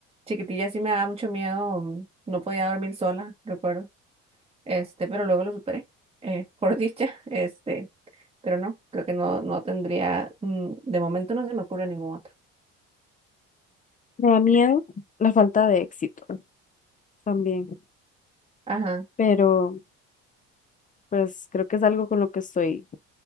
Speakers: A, on the right; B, on the left.
A: chiquitilla sí me daba mucho miedo, mm, no podía dormir sola, recuerdo. Este, pero luego lo superé, eh, por dicha. <laughs> Este, pero no, creo que no, no tendría, mm, de momento no se me ocurre ningún otro.
B: Me da miedo la falta de éxito también,
A: Ajá,
B: pero pues creo que es algo con lo que estoy